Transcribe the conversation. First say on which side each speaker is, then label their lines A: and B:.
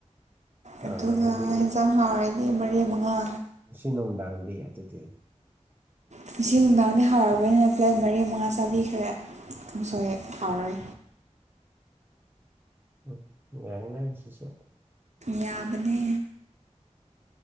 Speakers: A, on the right; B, on the right.
A: ꯑ
B: ꯑꯗꯨꯒ
A: ꯍꯧꯖꯤꯛ
B: ꯌꯦꯟꯖꯥꯡ ꯍꯥꯎꯔꯗꯤ ꯃꯔꯤ ꯃꯉꯥ
A: ꯁꯤ ꯅꯧꯟꯗꯥꯥꯟꯗꯤ ꯑꯗꯨꯗꯤ
B: ꯉꯁꯤ ꯅꯨꯡꯗꯥꯡꯗꯤ ꯍꯥꯎꯔꯕꯅꯤꯅ ꯄ꯭ꯂꯦꯠ ꯃꯔꯤ ꯃꯉꯥ ꯆꯥꯕꯤꯈ꯭ꯔꯦ ꯑꯃꯁ ꯐꯥꯎꯔꯦ
A: <unintelligible>
B: ꯌꯥꯕꯅꯦ